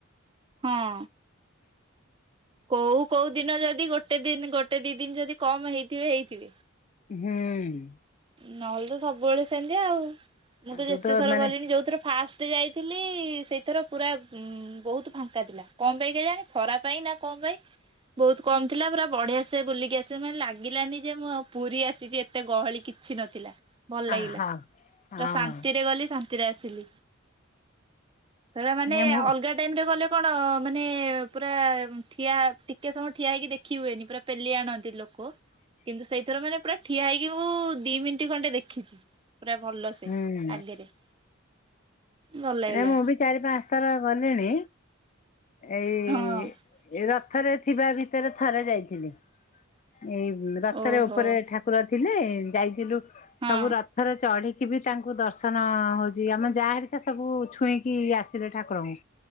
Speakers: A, on the right; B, on the left.
A: ହଁ। କୋଉ କୋଉ ଦିନ ଯଦି ଗୋଟେ ଦିନ ଗୋଟେ ଦି ଦିନ ଯଦି କମ୍ ହେଇଥିବେ ହେଇଥିବେ।
B: ହୁଁ।
A: ନହେଲେ ତ ସବୁବେଳେ ସେମିତିଆ ଆଉ। ମୁଁ
B: ହୁଁ
A: ତ
B: ତୁ
A: ଯେତେ ଥର
B: ମାନେ
A: ଗଲିଣି ଯୋଉଥର ଫାଷ୍ଟ ଯାଇଥିଲି ସେଇଥର ପୁରା ବହୁତ ଫାଙ୍କା ଥିଲା। କଣ ପାଇଁ କା ଜାଣି ଖରା ପାଇଁ ନା କଣ ପାଇଁ। ବହୁତ କମ ଥିଲା ପୁରା ବଢ଼ିଆ ସେ ବୁଲିକି ଆସିବେ। ମାନେ ଲାଗିଲାନି ଯେ ମୁଁ ଆଉ ପୁରୀ ଆସିଛି ଏତେ ଗହଳି କିଛି କିଛି ନଥିଲା ଭଲ
B: ଆହା
A: ଲାଗିଲା ପୁରା
B: ହଁ
A: ଶାନ୍ତିରେ ଗଲି ଶାନ୍ତିରେ ଶାନ୍ତିରେ ଆସିଲି। ତ ମାନେ
B: ନାଇଁ ମୁଁ
A: ଅଲଗା ଟାଇମରେ ଗଲେ କଣ ମାନେ ପୁରା ଠିଆ ଟିକେ ସମୟ ଠିଆ ହେଇକି ଦେଖି ଦେଖି ହୁଏନି ପୁରା ପେଲି ଆଣନ୍ତି ଲୋକ।
B: <inaudible>
A: କିନ୍ତୁ ସେଇଥର ମାନେ ପୁରା ଠିଆ ହେଇକି ମୁଁ ଦି ମିନିଟ ଖଣ୍ଡେ ଦେଖିଛି। ପୁରା ଭଲ ସେ
B: ହୁଁ
A: ଆଗରେ। ଭଲ ଲାଗିଲା
B: ନାଇ ମୁଁ ବି ଚାରି ପାଞ୍ଚ ଥର ଗଲିଣି। ଏଇ
A: ହଁ
B: ରଥ ରଥରେ ଥିବା ଭିତରେ ଥରେ ଯାଇଥିଲି। ଏଇ ରଥରେ
A: ଓହୋ।
B: ଉପରେ ଠାକୁର ଠାକୁର ଥିଲେ ଯାଇଥିଲୁ
A: ହଁ
B: ସବୁ ରଥ ରଥରେ ଚଢ଼ିକି ବି ତାଙ୍କୁ ଦର୍ଶନ ହଉଛି ଆମେ ଯା ହେରିକା ସବୁ ଛୁଇଁକି ଆସିଲେ ଠାକୁରଙ୍କୁ।